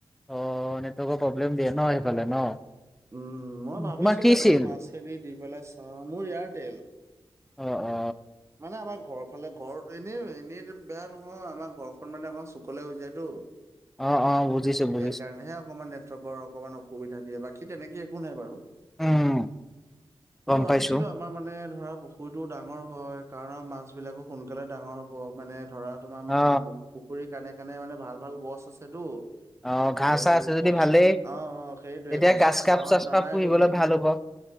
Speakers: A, in the centre; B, on the right (about 30°).
A: অ নেটৱকৰ প্ৰব্লেম দিয়ে ন সেইফালে ন
B: উম মই ভাবিছো
A: তোমাৰ কি
B: তাকে
A: চিম?
B: মাছখৰি দি পেলাই চাওঁ মোৰ এয়াৰটেল
A: অ অ
B: মানে আমাৰ ঘৰ ফালে ঘৰত এনেই এনেই বেয়া নহয় আমাৰ ঘৰখন মানে অকণ চুকলে হৈ যায় তো।
A: অ অ বুজিছো বুজিছো।
B: সেইকাৰণেহে অকমান নেটৱৰ্কৰ অকণমান অসুবিধা দিয়ে বাকী তেনেকে একো নাই বাৰু
A: উম
B: মই
A: গম
B: ভাবিছিলো
A: পাইছো।
B: আমাৰ মানে ধৰা পুখুৰীটো ডাঙৰ হয় কাৰণৰ মাছ বিলাকো সোনকালে ডাঙৰ হ'ব মানে ধৰা তোমাৰ আমাৰ
A: অ
B: উ পুখুৰী কানে কানে মানে ভাল ভাল গছ আছে তো
A: অ ঘাঁহ
B: আৰু
A: চাহ আছে যদি
B: গছ
A: ভালেই
B: অ অ সেইটোৱে
A: তেতিয়া
B: গছৰ
A: গাছ কাপ
B: চাহত
A: চাচ
B: জানাই
A: কাপ পুহিবলৈ
B: তুমি
A: ভাল হ'ব।